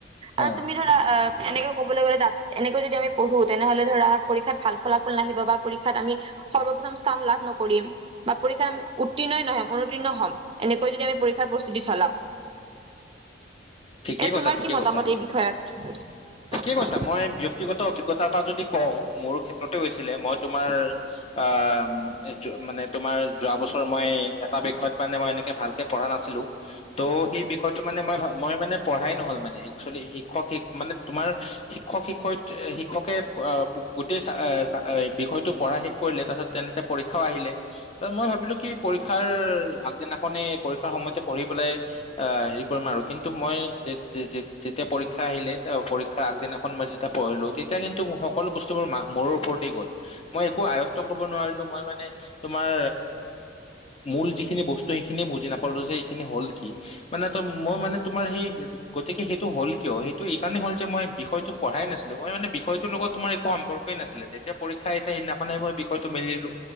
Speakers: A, on the left; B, on the right.
A: হয়
B: আৰু তুমি ধৰা অ এনেকে কবলৈ গ'লে তাত এনেকে যদি আমি পঢ়ো তেনেহলে ধৰা পৰীক্ষাত ভাল ফলাফল নাহিব বা পৰীক্ষাত আমি সৰ্বপ্ৰথম স্থান লাভ নকৰিম বা পৰীক্ষা আমি উত্তীৰ্ণ নহম অনুতীৰ্ণ হ'ম। এনেকৈ যদি আমি পৰীক্ষাৰ প্ৰস্তুতি চলাওঁ।
A: ঠিকেই
B: এ
A: কৈছা
B: তোমাৰ
A: ঠিকে
B: কি মতামত
A: কৈছা
B: এই বিষয়ত।
A: ঠিকে কৈছা মই ব্যক্তিগত অভিজ্তাৰ পৰা যদি কওঁ মোৰ ক্ষেত্ৰতে হৈছিলে মই তোমাৰ অ'। মানে তোমাৰ যোৱা বছৰ মই এটা বিষয়ত মানে মই এনেকে ভালকে পঢ়া নাছিলো ত সেই বিষয়টো মানে মই মই মানে পঢ়াই নহল মানে একচুৱেলি শিক্ষক মানে তোমাৰ শিক্ষক শিক্ষয়িত শিক্ষকে গোটেই চা চা বিষয়তটো পঢ়া শ কৰিলে তাৰ পাছত তেনেতে পৰীক্ষাও আহিলে মই ভাবিলো কি পৰীক্ষাৰ আগদিনাখনে পৰীক্ষাৰ সময়তে পঢ়ি পেলাই অ হেৰি কৰিম আৰু। কিন্তু মই যেতিয়া পৰীক্ষা আহিলে পৰীক্ষাৰ আগদিনাখন মই যেতিয়া পঢ়িলোঁ তেতিয়া কিন্তু সকলো বস্তু মা মোৰ ওপৰতে গ'ল। মই একো আয়ত্ব কৰিব নোৱাৰিলো মই মানে তোমাৰ মূল যিখিনি বস্তু সেইখিনিয়ে বুজি নাপালো যে এইখিনি হল কি মানে ত মই মানে তোমাৰ সেই গতিকে সেইটো হ'ল কিয় সেইটো এই কাৰণে হ'ল যে মই বিষয়টো পঢ়াই নাছিলো। মই মানে বিষয়টোৰ লগত তোমাৰ একো সম্পৰ্কে নাছিলে যেতিয়া পৰীক্ষা আছে সদিনাখনে মই বিষয়টো মিলো।